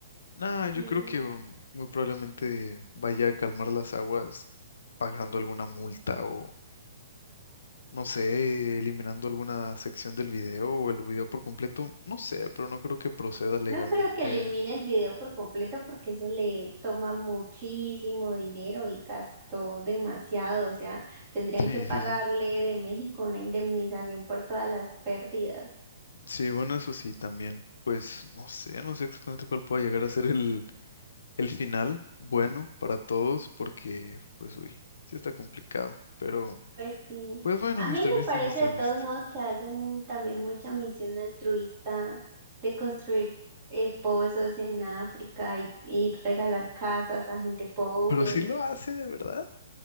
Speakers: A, on the left; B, on the right.
A: Nah, yo
B: Mm.
A: creo que mm, muy probablemente vaya a calmar las aguas pagando alguna multa o No sé, eliminando alguna sección del video o el video por completo, no sé, pero no creo que proceda legalmente.
B: No creo que elimine el video por completo porque eso le toma muchísimo dinero y gastó demasiado. O sea, tendrían
A: Sí,
B: que pagarle
A: sí, sí.
B: de México una indemnización por todas las pérdidas.
A: Sí, bueno, eso sí, también. Pues no sé, no sé exactamente cuál pueda llegar a ser el, el final bueno para todos, porque, pues, uy, sí está complicado. Pero,
B: Pues sí.
A: pues bueno,
B: A
A: Mr.
B: mí me
A: Beast
B: parece
A: es Mr.
B: de
A: Beast.
B: todos modos que hace mu- también mucha misión altruista de construir eh, pozos en África y, y regalar casas a gente pobre
A: Pero
B: y
A: sí lo hace, de verdad.